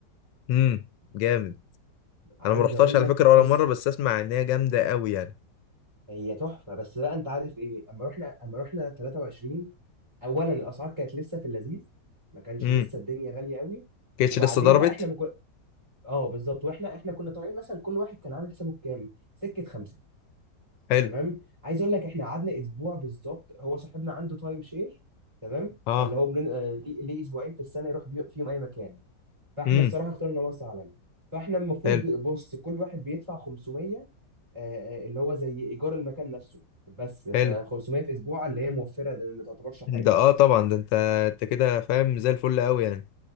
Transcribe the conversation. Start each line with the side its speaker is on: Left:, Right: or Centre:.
Left: امم جامد
Right: عايز
Left: انا ما رحتهاش
Right: اقول
Left: على
Right: لك
Left: فكرة
Right: بص
Left: ولا مرة بس اسمع ان هي جامدة قوي يعني
Right: هي تحفه بس بقى انت عارف ايه اما رحنا اما رحنا 23 اولا الاسعار كانت لسه في اللذيذ ما كانش
Left: امم
Right: لسه الدنيا غاليه قوي
Left: كانتش
Right: وبعدين
Left: لسه ضربت
Right: بقى احنا مكو... اه بالظبط واحنا احنا كنا طالعين مثلا كل واحد كان عامل حسابه بكام سكه خمسه
Left: حلو
Right: تمام عايز اقول لك احنا قعدنا اسبوع بالظبط هو صاحبنا عنده تايم شير تمام
Left: اه
Right: فاللي هو بن... آه، ليه ليه اسبوعين في السنه يروح بي... فيهم اي مكان فاحنا
Left: امم
Right: الصراحه اخترنا مرسى علم فاحنا المفروض
Left: حلو
Right: ب- بص كل واحد بيدفع 500 آه، آه، اللي هو زي ايجار المكان نفسه بس ف
Left: حلو
Right: 500 في اسبوع اللي هي موفره ده ما تعتبرش حاجه
Left: ده اه طبعا ده انت انت كده فاهم زي الفل قوي يعني